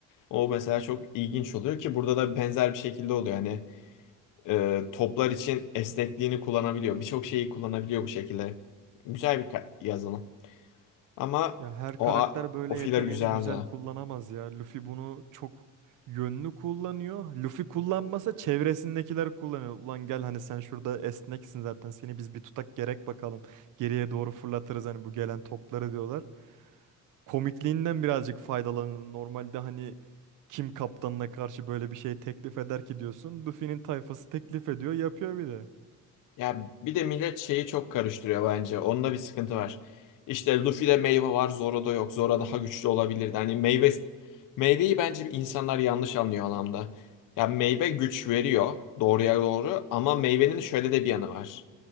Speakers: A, on the left; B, on the right.
A: O mesela çok ilginç oluyor ki burada da benzer bir şekilde oluyor. Hani e, toplar için esnekliğini kullanabiliyor. Birçok şeyi kullanabiliyor bu şekilde. Güzel bir ka- yazılım. Ama
B: ya her
A: o,
B: karakter
A: a-
B: böyle
A: o filler
B: yeteneğini
A: güzeldi.
B: güzel kullanamaz ya. Luffy bunu çok yönlü kullanıyor. Luffy kullanmasa çevresindekiler kullanıyor. Ulan gel hani sen şurada esneksin zaten. Seni biz bir tutak gerek bakalım. Geriye doğru fırlatırız hani bu gelen topları diyorlar. Komikliğinden birazcık faydalanın. Normalde hani kim kaptanına karşı böyle bir şey teklif eder ki diyorsun. Luffy'nin tayfası teklif ediyor, yapıyor bir de.
A: Ya bir de millet şeyi çok karıştırıyor bence. Onda bir sıkıntı var. İşte Luffy'de meyve var, Zoro'da yok. Zoro daha güçlü olabilirdi. Hani meyve meyveyi bence insanlar yanlış anlıyor anlamda. Ya meyve güç veriyor doğruya doğru ama meyvenin şöyle de bir yanı var.